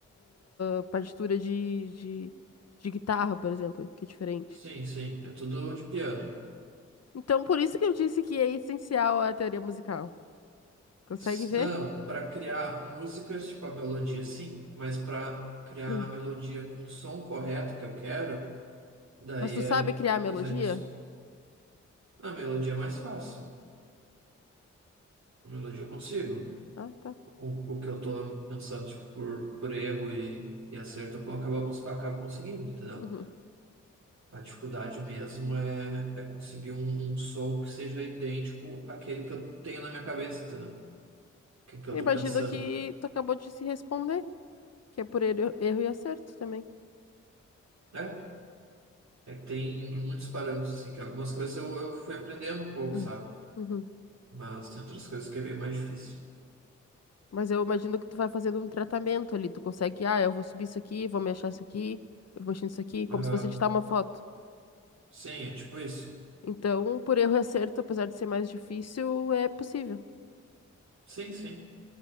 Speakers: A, on the left (about 50°); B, on the right (about 60°).
A: ah, partitura de, de, de guitarra, por exemplo, que é diferente.
B: sim, sim, é tudo de piano.
A: Então, por isso que eu disse que é essencial a teoria musical. Consegue
B: Se-
A: ver?
B: Não, pra criar a música, tipo a melodia, sim, mas pra criar
A: <clears throat>
B: a melodia com o som correto que eu quero, daí
A: Mas tu
B: é
A: sabe criar melodia?
B: design de som. A melodia é mais fácil, a melodia eu consigo.
A: Ah, tá.
B: o, o que eu tô pensando, tipo, por, por erro e, e acerto, eu acabo, cons- eu acabo conseguindo, entendeu?
A: Uhum.
B: A dificuldade mesmo é, é conseguir um, um som que seja idêntico àquele que eu tenho na minha cabeça, entendeu? Que, que eu tô
A: Imagino
B: pensando,
A: que tu acabou de se responder, que é por erro, erro e acerto também.
B: né? É que tem muitos parâmetros, assim, que algumas coisas eu, eu fui aprendendo um pouco,
A: Hum.
B: sabe?
A: Uhum.
B: Mas tem outras coisas que é bem mais difícil.
A: Mas eu imagino que tu vai fazendo um tratamento ali. Tu consegue, ah, eu vou subir isso aqui, vou mexer isso aqui, eu vou mexer isso aqui, como
B: Aham.
A: se fosse editar uma foto.
B: Sim, é tipo isso.
A: Então, por erro e acerto, apesar de ser mais difícil, é possível.
B: Sim, sim.